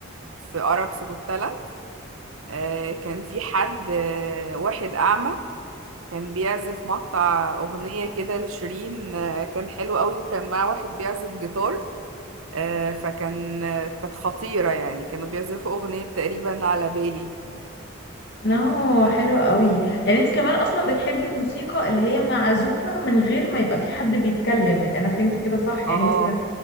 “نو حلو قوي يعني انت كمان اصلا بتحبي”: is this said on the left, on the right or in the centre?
Left